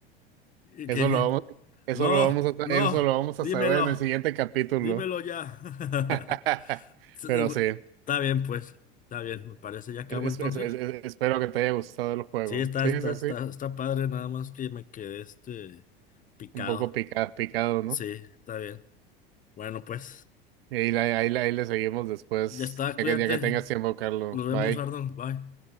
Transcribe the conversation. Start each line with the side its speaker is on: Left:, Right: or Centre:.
Left: ¿Y
Right: Eso
Left: qué? <laughs>
Right: lo vamos, eso
Left: No,
Right: lo vamos a,
Left: no,
Right: eso lo vamos
Left: dímelo,
Right: a saber en el siguiente capítulo.
Left: dímelo ya. <laughs>
Right: <laughs>
Left: Está
Right: Pero sí,
Left: bien, pues, está bien, me parece, ya acabo
Right: es-
Left: entonces.
Right: es- es- es- espero que te haya gustado el juego.
Left: Sí, está,
Right: Sí,
Left: está,
Right: sí,
Left: está,
Right: sí.
Left: está padre, nada más que me quedé este picado.
Right: Un poco picado, picado, ¿no?
Left: Sí, está bien. Bueno, pues,
Right: Y ahí, la- ahí, la- ahí le seguimos después,
Left: ya está,
Right: ya
Left: cuídate.
Right: que, ya que tengas tiempo, Carlos.
Left: Nos vemos,
Right: Bye.
Left: Arnold. Bye.